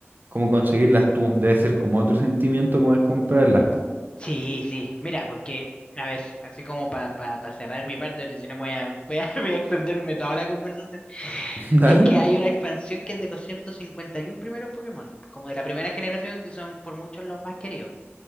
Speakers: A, on the right; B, on the left.
A: como conseguirlas tú. Debe ser como otro sentimiento como al comprarlas, po.
B: Sí, sí, mira, porque, a ver, así como para cerrar mi parte, porque si no me voy a, <laughs> voy a, voy a extenderme toda la conversación,
A: <laughs> ¿Dale?
B: es que hay una expansión que es de los 151 primeros Pokémon, como de la primera generación, que son por muchos los más queridos.